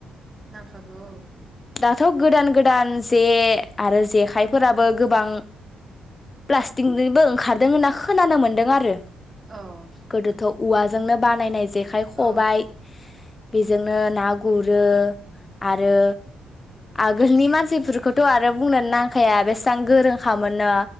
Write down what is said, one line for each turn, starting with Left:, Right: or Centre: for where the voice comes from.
Right: नांखागौ औ।
Left: दाथ' गोदान गोदान जे आरो जे आखाइफोराबो गोबां प्लास्टिकनिबो ओंखारदों होनना खोनानो मोनदों आरो।
Right: औ
Left: गोदोथ' औवाजोंनो बानायनाय जे खाइ खबाय
Right: औ
Left: बेजोंनो ना गुरो आरो आगोलनि मानसिफोरखौथ‌ आरो बुंनो नां खाया बेसेबां गोरोंखामोननो।